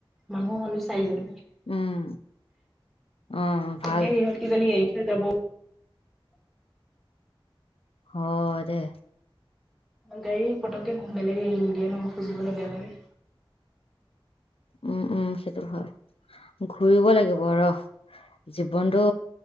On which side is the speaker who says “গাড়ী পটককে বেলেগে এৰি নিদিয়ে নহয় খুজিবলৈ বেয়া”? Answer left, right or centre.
Centre